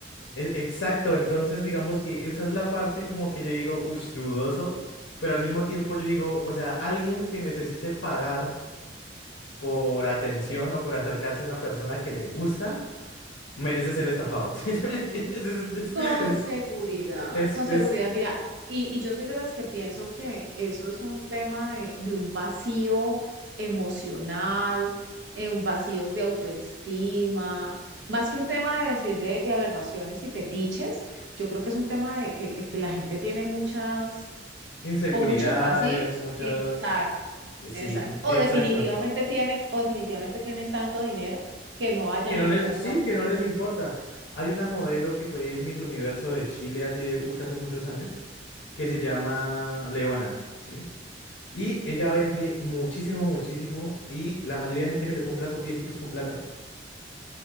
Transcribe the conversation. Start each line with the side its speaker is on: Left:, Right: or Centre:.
Left: e- exacto. Entonces, digamos que esa es la parte como que yo digo, uff, dudoso, pero al mismo tiempo yo digo, o sea, alguien que necesite pagar. por atención o por acercarse a una persona que le gusta, merece ser estafado. <laughs> ¿Sí me entiendes? Es,
Right: Con
Left: es,
Right: seguridad,
Left: es, es-
Right: con seguridad.
Left: es-
Right: Mira, y, y yo soy de las que pienso que eso es un tema de, de un vacío emocional, eh, un vacío de autoestima, más que un tema de decir de, de aberraciones y fetiches, yo creo que es un tema de, de- de que la gente tiene muchas
Left: inseguridades,
Right: o muchos vacíos.
Left: muchas.
Right: Exacto,
Left: eh, Sí,
Right: exacto. O
Left: exacto.
Right: definitivamente tienen, o definitivamente tienen tanto dinero que no hayan
Left: Que no
Right: en
Left: les,
Right: qué gastarse.
Left: sí, que no les importa. Hay una modelo que fue Miss Universo de Chile hace, uf, hace muchos años, que se llama Leona, ¿sí? Y ella vende muchísimo, muchísimo. Y la mayoría de gente que le compra son viejitos con plata.